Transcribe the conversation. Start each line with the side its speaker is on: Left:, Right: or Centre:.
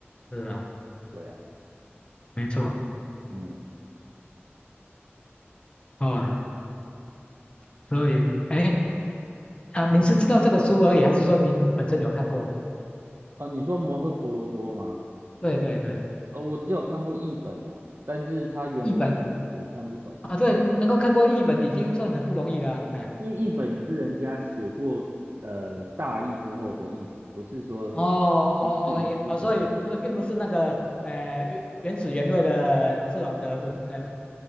Left: 是啊，
Right: 对啊，
Left: 没错
Right: 嗯，
Left: 哦。所以，哎啊，您是知道这个书而已，还是说您本身有看过？
Right: 哦，你说摩诃婆罗多吗？
Left: 对对对，
Right: 呃，我只有看过译本呐、但是它原文我是我看不懂啊。
Left: 译本啊，对，能够看过译本已经算很不容易了啊。哎
Right: 译译本也是人家写过呃大意之后的译本，不是说
Left: 哦哦，OK，
Right: 一字一字的那种。
Left: 哦，所以所以并不是那个呃原原始原味的这种的文呃，